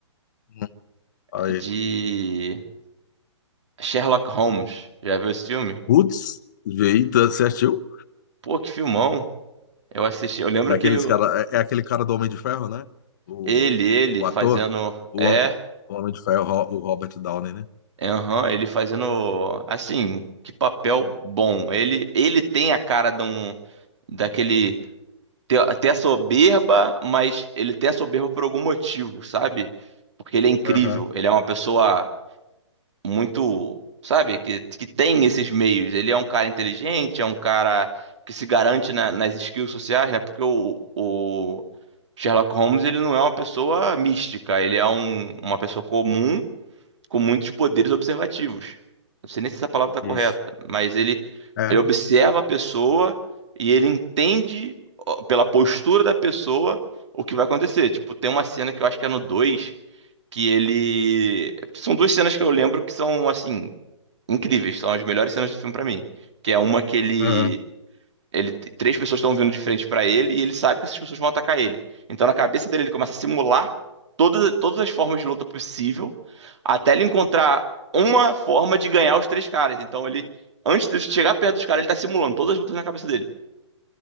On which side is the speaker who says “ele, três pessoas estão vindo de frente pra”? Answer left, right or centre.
Right